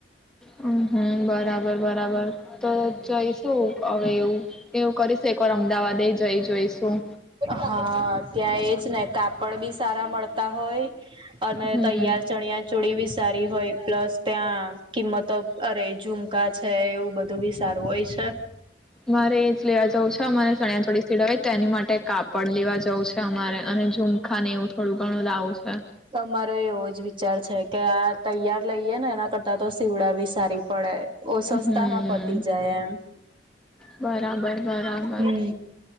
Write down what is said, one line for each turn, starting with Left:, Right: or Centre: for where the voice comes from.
Centre: હમ્મ હમ્મ બરાબર બરાબર તો જઈશું હવે એવું એવું કરીશું એકવાર અમદાવાદ એ જઈ જોઈશું.
Right: હા ત્યાં એજ ને કાપડ બી સારા મળતા હોય. અને
Centre: હમ
Right: તૈયાર ચણ્યા ચોડીવી સારી હોય, પ્લસ ત્યાં કિંમતો અરે ઝુમકા છે એવું બધું તો બી સારું હોય છે.
Centre: મારે એ જ લેવા જવું છે, અમારે ચણિયા થોડી સીડય તો એની માટે કાપડ લેવા જવું છે અમારે અને ખા ને એવું થોડું ઘણું લાવું છે.
Right: અમારો એવો જ વિચાર છે કે, આ તૈયાર લઈએ ને એના કરતાં તો સીવડાવી સારી પડે. ઓ
Centre: હમ
Right: સસ્તામાં પતી જાય એમ.
Centre: બરાબર બરાબર
Right: હમ્મ